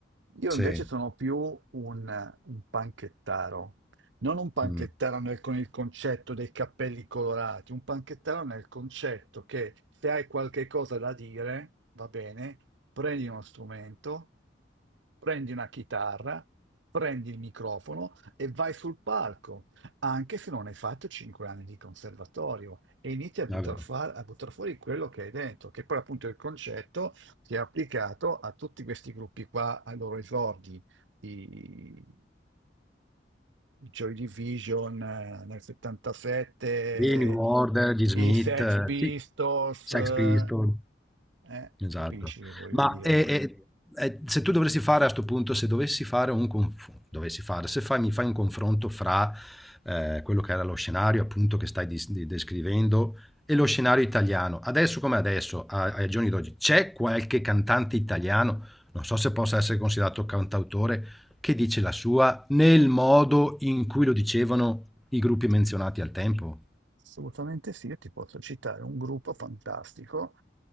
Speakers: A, on the right; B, in the centre.
A: Io
B: Sì,
A: invece sono più un, un panchettaro, non un panchettaro
B: mm,
A: nel- con il concetto dei cappelli colorati, un panchettaro nel concetto che se hai qualche cosa da dire, va bene, Prendi uno strumento, prendi una chitarra, prendi il microfono e vai sul palco, anche se non hai fatto 5 anni di conservatorio, e inizi a buttar,
B: è vero.
A: fa- a buttar fuori quello che hai dentro, che poi appunto è il concetto che è applicato a tutti questi gruppi qua, ai loro esordi, i, i Joy Division eh, nel 77,
B: Di New Order, gli Smith,
A: i Sex
B: eh,
A: Pistols,
B: sì, Sex
A: eh,
B: Pistols,
A: eh,
B: esatto.
A: capisci che voglio
B: Ma
A: dire?
B: e- e- e se tu dovessi fare a sto punto, se dovessi fare un conf- dovessi fare, se fai, mi fai un confronto fra eh, quello che era lo scenario appunto che stai dis- di- descrivendo e lo scenario italiano, adesso come adesso, a- ai giorni d'oggi, c'è qualche cantante italiano, non so se possa essere considerato cantautore, che dice la sua nel modo in cui lo dicevano i gruppi menzionati al tempo?
A: Assolutamente sì, io ti posso citare un gruppo fantastico